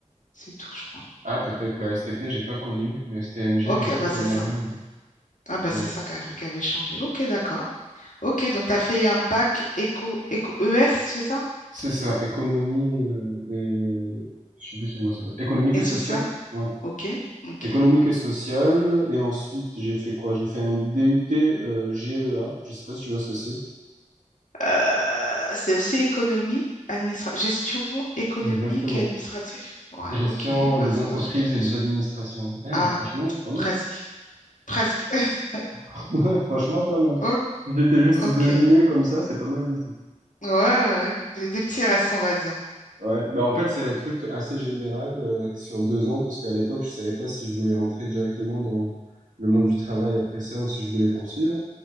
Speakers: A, on the left; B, on the right.
A: C'est tout, je crois.
B: Ah, peut-être, bah, cet été, j'ai pas connu, mais STMG,
A: Ok,
B: je sais
A: bah
B: qu'il
A: c'est
B: y
A: ça.
B: en avait. euh,
A: Ah bah
B: ouais.
A: c'est ça qu'a- qu'avait changé. Ok, d'accord. Ok, donc tu as fait un bac éco, éco ES, c'est ça?
B: C'est ça, économie euh, et... Je sais plus c'est comment ça s'appelle. Économique
A: Et
B: et sociale?
A: social?
B: Ouais.
A: Ok, ok.
B: Économique et sociale. Et ensuite, j'ai fait quoi? J'ai fait un DUT euh, GEA. Je sais pas si tu vois ce que c'est.
A: Euh, c'est aussi économie, administra gestion économique
B: Exactement.
A: et administrative. Ouais,
B: Gestion
A: ok.
B: des
A: Ah, ça
B: entreprises
A: va, j'ai des bons
B: et des
A: sons.
B: administrations. Eh,
A: Ah,
B: franchement, pas mal.
A: presque.
B: hein.
A: Presque. <laughs>
B: <laughs> Ouais, franchement, pas mal.
A: O-
B: Si j'étais juste
A: Ok.
B: deviné
A: Ouais,
B: comme ça, c'est pas mal du tout.
A: ouais. J'ai des petits restes, on va dire.
B: Ouais, bah en fait c'est un truc assez général euh, sur deux ans parce qu'à l'époque je savais pas si je voulais rentrer directement dans le monde du travail après ça ou si je voulais poursuivre.